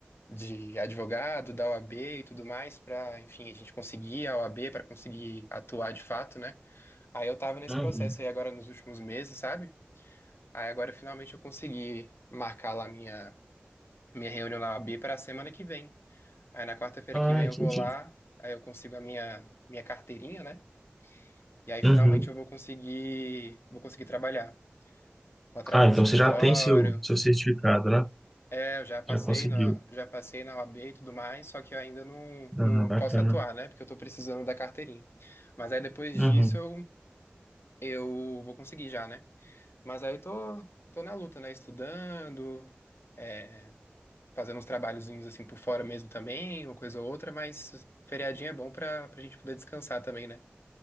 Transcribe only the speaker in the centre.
uhum.
Ah,
entendi.
Uhum.
Ah,
então
você já tem seu, seu certificado, né?
Já conseguiu.
Ah, bacana.
Uhum.